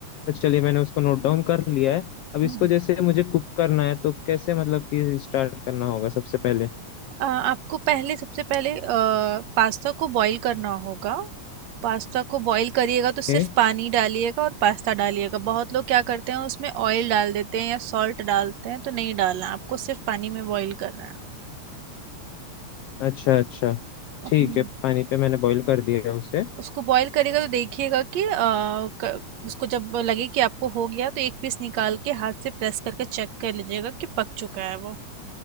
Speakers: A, on the left; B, on the right.
A: तो चलिए मैंने उसको नोट डाउन कर लिया है अब
B: करेक्ट
A: इसको जैसे मुझे कुक करना है तो कैसे मतलब कि स्टार्ट करना होगा सबसे पहले
B: अ, आपको पहले सबसे पहले पास्ता को बॉईल करना होगा पास्ता को बॉईल करिएगा तो सिर्फ
A: ए?
B: पानी डालिएगा और पास्ता डालिएगा बहुत लोग क्या करते हैं उसमें ऑयल डाल देते हैं या सॉल्ट डालते हैं तो नहीं डालना है, आपको सिर्फ पानी में बॉईल करना है
A: अच्छा अच्छा
B: हम्म,
A: ठीक है पानी पे मैंने बॉईल कर दिया है उसे
B: उसको बॉईल करिएगा तो देखिएगा कि अ, क- उसको जब लगे कि आपको हो गया तो एक पीस निकाल के हाथ से प्रेस करके चेक कर लीजिएगा कि पक चुका है वो